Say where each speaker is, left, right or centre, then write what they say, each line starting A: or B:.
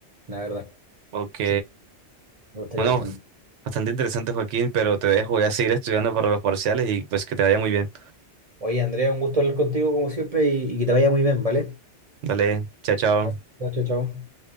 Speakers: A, on the right; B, on the right.
A: La verdad,
B: Ok,
A: Sí. me gustaría
B: bueno,
A: bastante.
B: bastante interesante, Joaquín, pero te dejo, voy a seguir estudiando para los parciales y pues que te vaya muy bien.
A: Oye, Andrea, un gusto hablar contigo como siempre y, y que te vaya muy bien, ¿vale?
B: Dale, chao, chao.
A: Ya. Chao, chao. chao.